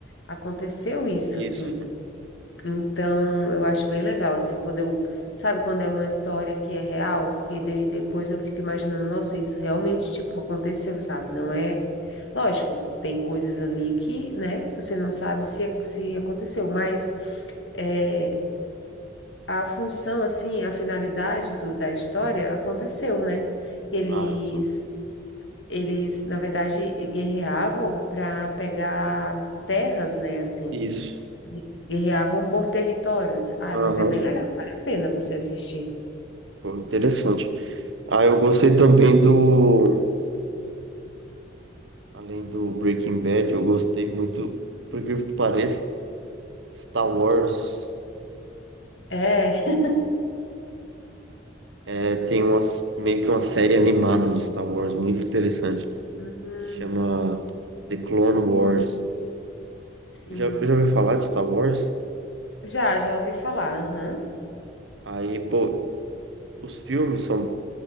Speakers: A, on the left; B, on the right.
A: Aconteceu isso,
B: Isso.
A: assim. Então, eu acho bem legal, assim, quando eu. Sabe, quando é uma história que é real, que daí depois eu fico imaginando, nossa, isso realmente, tipo, aconteceu, sabe? Não é. Lógico, tem coisas ali que, né, você não sabe se, se aconteceu, mas. é, a função, assim, a finalidade do, da história aconteceu, né? Que Eles,
B: Ah, sim.
A: eles, na verdade, guerreavam para pegar terras, né? Assim,
B: Isso.
A: guerreavam por territórios. Ai,
B: Aham.
A: mas é bem legal, vale a pena você assistir.
B: Pô, interessante. Ah, eu gostei também do. Além do Breaking Bad, eu gostei muito, por incrível que pareça, Star Wars.
A: É. <laughs>
B: É, tem uma, meio que uma série animada do Star Wars muito interessante
A: Uhum,
B: que chama The Clone Wars.
A: sim.
B: Já, já ouviu falar de Star Wars?
A: Já, já ouvi falar. Aham.
B: Aí, pô, Os filmes são,